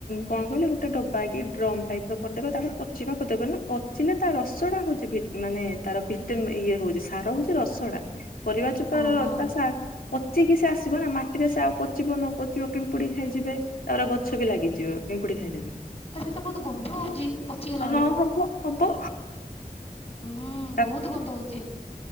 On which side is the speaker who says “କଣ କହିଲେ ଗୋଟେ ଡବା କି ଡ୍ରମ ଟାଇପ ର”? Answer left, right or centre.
Left